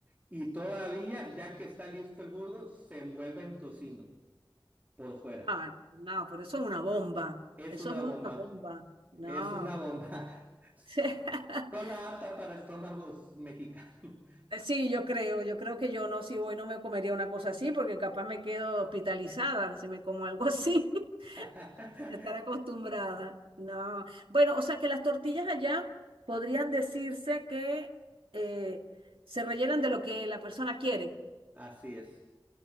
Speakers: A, on the right; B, on the right.
A: y todavía, ya que está listo el burro, se envuelve en tocino por fuera.
B: Ah, ah, no, pero eso es una bomba.
A: Es
B: Eso
A: una
B: es una
A: bomba,
B: bomba. No.
A: es una bomba, <laughs>
B: <laughs>
A: solo apta para estómagos mexicanos.
B: Eh, Sí, yo creo, yo creo que yo no, si voy no me comería una cosa así, porque capaz me quedo hospitalizada si me como algo así, <laughs>
A: <laughs>
B: sin estar acostumbrada. No. Bueno, o sea que las tortillas allá podrían decirse que eh, se rellenan de lo que la persona quiere.
A: Así es,